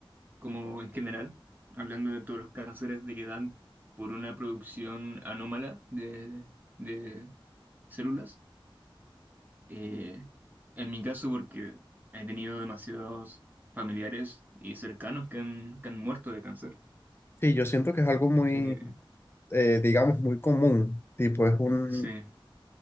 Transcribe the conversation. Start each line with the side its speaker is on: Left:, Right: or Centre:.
Right: como en general, hablando de todos los cánceres de que dan por una producción anómala de, de células. Eh, en mi caso porque he tenido demasiados familiares y cercanos que han, que han muerto de cáncer.
Left: Sí, yo siento que es algo muy,
Right: Así que
Left: eh, digamos, muy común. Tipo, es un,
Right: sí,